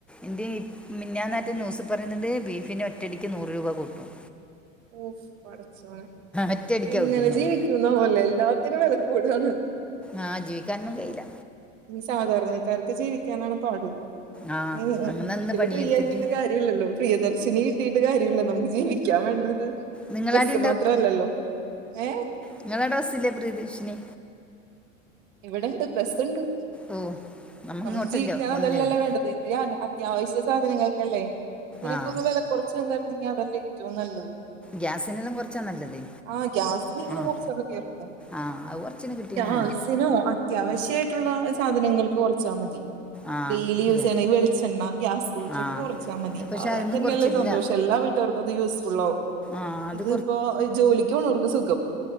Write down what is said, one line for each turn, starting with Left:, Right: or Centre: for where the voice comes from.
Centre: ഇന്ത്യേ മിഞ്ഞാനാറ്റം ന്യൂസ് പറയുന്നുണ്ട് ബീഫിന് ഒറ്റടിക്ക് നൂറു രൂപ കൂട്ടും
Right: ഉഫ് പടച്ചോനെ
Centre: ഒറ്റയടിക്കാ
Right: എങ്ങനെ
Centre: കൂട്ടീന് അവര്
Right: ജീവിക്കൂന്നാവോലെ എല്ലാത്തിനും വില കൂടാണ്
Centre: ആഹ് ജീവിക്കാനൊന്നും കയ്യില്ല
Right: സാധാരണക്കാർക്ക് ജീവിക്കാനാണ് പാട്
Centre: ആ
Right: ഉം ഉം
Centre: അങ്ങനെ നിന്ന്
Right: ഇതില്
Centre: പണിയെടുത്തിട്ട്
Right: ഫ്രീ ആക്കിട്ട് കാര്യമില്ലല്ലോ പ്രിയദർശിനി കിട്ടി അതു കാര്യല്ല നമുക്ക് ജീവിക്കാൻ വേണ്ടത്
Centre: നിങ്ങളാടെ
Right: ബസ് മാത്രല്ലല്ലോ ഏഹ്
Centre: ഇങ്ങളട ബസ്സില്ലെ പ്രിയദർശിനി
Right: ഇവിടെണ്ട് ബസ്ണ്ട്
Centre: ഓ നമ്മ
Right: നമുക്ക്
Centre: ഇങ്ങോട്ടില്ല
Right: ജീവിക്കാൻ അതല്ലല്ലോ
Centre: ഒന്നേ ഉള്ളൂ
Right: വേണ്ടത് ഇത്തിരി അത്യാവശ്യ സാധനങ്ങൾക്കല്ലേ ഇതിനൊക്കെ
Centre: ആഹ്
Right: ഒന്ന് വില കുറച്ച് തന്നായിരുന്നെങ്കിൽ അതല്ലേ ഏറ്റവും നല്ലത്
Centre: ഗ്യാസിനെല്ലാം കുറച്ചാ നല്ലത്
Right: ആഹ് ഗ്യാസിന് ഇങ്ങനെ
Centre: ആഹ്
Right: കുറച്ചാ മതിയായിരുന്നു
Centre: ആഹ്‌ അത് കൊറച്ചിന് കിട്ടീന
Right: ഗ്യാസിനോ അത്യാവശ്യായിട്ടുള്ള സാധനങ്ങൾക്കും കുറച്ചാൽ മതി
Centre: ആഹ്
Right: ഡെയിലി യൂസ്
Centre: ഇല്ല
Right: ചെയ്യണ വെളിച്ചെണ്ണ ഗ്യാസ് ഇതൊക്കെ
Centre: ആഹ്
Right: കുറച്ചാൽ മതി
Centre: പക്ഷെ
Right: അതന്നെയല്ലേ
Centre: അതൊന്നും കുറച്ചിട്ടില്ല
Right: സന്തോഷം എല്ലാ വീ ട്ടർക്കത് യൂസ്ഫുൾ ആവും
Centre: ആഹ് അത്
Right: ഇത് ഇപ്പോ ജോലിക്ക് പോണവർക്ക് സുഖം